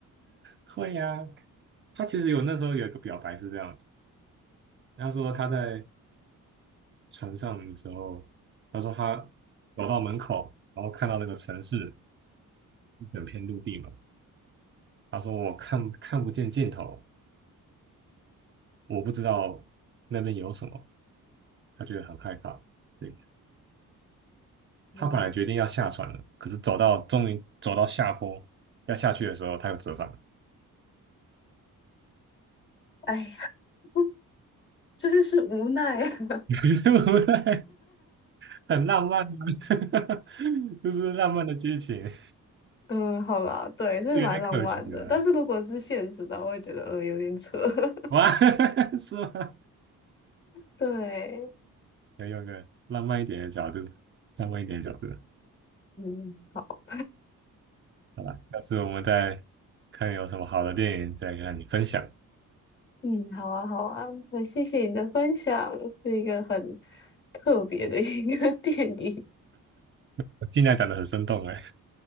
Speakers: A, on the right; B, on the left.
A: 会呀、他其实有那时候有一个表白是这样子，他说他在船上的时候，他说他走到门口，然后看到那个城市一整片陆地嘛，他说我看看不见尽头，我不知道那边有什么，他觉得很害怕。对，
B: 嗯，
A: 他本来决定要下船了，可是走到终于走到下坡要下去的时候，他又折返了，
B: 哎呀，<laughs> 真是无奈啊。
A: <laughs> 对不对？很浪漫啊，<laughs> 就是浪漫的剧情。
B: 嗯，好啦，对，这是蛮浪漫的，
A: 是有点可惜了。
B: 但是如果是现实的话我会觉得嗯有点扯。<laughs>
A: 哇，<laughs> 是吗？
B: 对，
A: 要用个浪漫一点的角度，浪漫一点的角度。
B: 嗯，好，
A: 好吧，下次我们再看有什么好的电影再跟你分享。
B: 嗯，好啊，好啊，那谢谢你的分享，是一个很特别的一个 <laughs> 电影。
A: 我尽量讲的很生动哎。